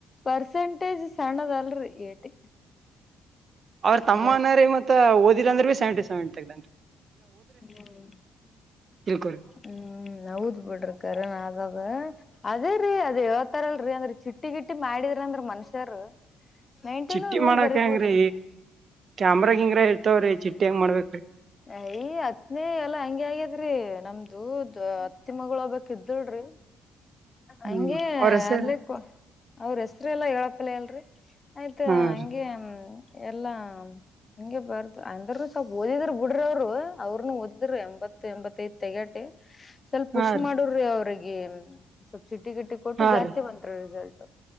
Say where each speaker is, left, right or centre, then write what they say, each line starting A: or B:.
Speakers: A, on the left; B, on the right.
A: ಪರ್ಸೆಂಟೇಜ್ ಸಣ್ಣದ ಅಲ್ರಿ ಏಟಿ
B: ಅವ್ರ ತಮ್ಮ
A: ಜಾಸ್ತಿ
B: ಅನ್ರೀ ಮತ್ತತ್ ಓದಿಲ್ಲಂದ್ರೆ ಬಿೀ ಸೆವೆಂಟಿ ಸೆವೆಂಟಿ ತಗ್ದೇನ್ರಿ
A: ಹ್ಮ್
B: ತಿಳ್ಕೊರಿ
A: ಹ್ಮ್ ನ ದ ಬಿಟ್ಟರುಕಾರೆ ನಾ ಅಾದೆ ಅದೇ ರೀ ಅದ ಯ ತಾರಲ್ರಿ ಅಂದ್ರೆ ಚಿಟ್ಟಿ ಗಿಟ್ಟಿ ಮಾಡಿದ್ರ ಅಂದ್ರ ಮನುಷ್ಯರು ನೈನ್ಟೀನು
B: ಚಿಟ್ಟಿ
A: ನೋಡ್
B: ಮಾಡಾಕಂಗ್ರಿ
A: ಬರಿಬೋದ್ರಿ
B: ಕ್ಯಾಮ್ರಾಗ ಹಿಂಗ್ರ ಹೇಳ್ತವ್ರಿ ಚಿಟ್ಟ ಹಂಗ ಮಾಡ್ಬೇಕು ರೀ
A: ಅಯ ಹತ್ನೇ ಎಲ್ಲಾ ಹಂಗಗೆ ಆಗ್ಯದ್ರಿ ನಮ್ದುದ ಅತ್ತಿ ಮಗಳಬಕ್ ಇದಳ್ರಿ
B: ಹ್ಮ್
A: ಹಂಗೆ
B: ಅವ್ರ ಹೆಸರು
A: ಅಲ್ಲಕ್ಕ ಅವ್ರ ಎಷ್ಟ ಎಲ್ಲಾ ಹೇಳಪ್ಪಲ್ಲ ಅಲ್ರರಿ ಆಯ್ತಾ
B: ಹಾ
A: ಹಂಗೆ
B: ರೀ
A: ಎಲ್ಲಾ ಹಿಂಗೆ ಬರ್ತ ಅಂದ್ರ ಸ್ವಲ್ ಓದಿದ್ರ ಬಿಡ್ರ ಅವ್ರು ಅವ್ರನು ಓದಿದ್ರು ಎಂಬತ್ ಎಂಬತ್ತ ಐದ್ ತೆಗಾಟಿ ಸ್ವಲ್ಪ
B: ಹಾ
A: ಹುಷ್
B: ರೀ
A: ಮಾಡ್ರಿ ಅವ್ರಿಗೆ <inaudible> ಸಿಿಟ್ಟಿ ಗಿಟ್ಟಿ ಕೊಟ್ಟು
B: ಹಾ
A: ಜಾಸ್ತಿ
B: ರೀ
A: ಬಂತಾರ ರಿಸಲ್ಟ್ ಹ್ಮ್